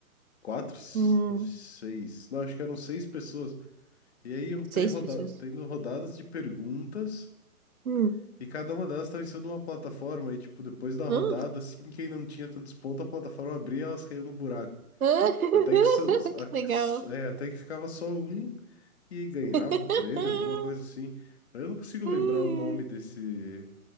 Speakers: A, on the left; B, on the right.
A: quatro, s-
B: Hum,
A: seis. Não, acho que eram seis pessoas. E aí iam ter
B: seis
A: roda
B: pessoas.
A: tendo rodadas de perguntas.
B: Hum.
A: E cada uma delas estava em cima de uma plataforma. E, tipo, depois da
B: Hã?
A: rodada, assim, quem não tinha tantos pontos, a plataforma abria e elas caíam no buraco.
B: Hã? <laughs>
A: Até que, só- a-
B: Que legal.
A: é, até que ficava só um e ganhava
B: <laughs>
A: um prêmio, alguma coisa assim. Eu não consigo lembrar
B: Ai, ai.
A: o nome desse,